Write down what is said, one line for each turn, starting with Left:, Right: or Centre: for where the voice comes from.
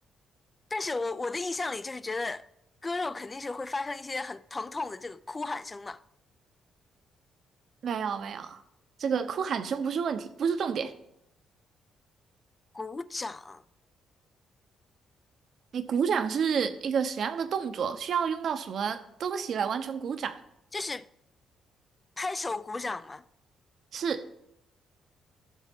Left: 但是我我的印象里就是觉得割肉肯定是会发生一些很疼痛的这个哭喊声嘛，
Right: 没有没有，这个哭喊声不是问题，不是重点。
Left: 鼓掌
Right: 你鼓掌是一个什么样的动作？需要用到什么东西来完成鼓掌？
Left: 就是拍手鼓掌嘛。
Right: 是，